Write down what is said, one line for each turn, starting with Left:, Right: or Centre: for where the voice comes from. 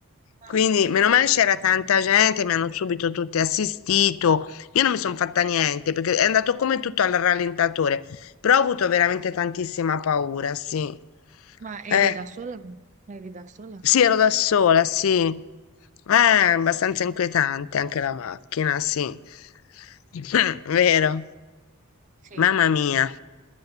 Right: Mamma
Left: Quindi,
Right: mia.
Left: meno male c'era tanta gente, mi hanno subito tutti assistito. Io non mi sono fatta niente perché è andato come tutto al rallentatore. Però ho avuto veramente tantissima paura, sì.
Right: Ma
Left: Eh,
Right: eri da sola? Eri da sola?
Left: sì, ero da sola, sì. Eh, abbastanza inquietante anche la macchina, sì. <laughs> Vero.
Right: Sì,
Left: Mamma mia.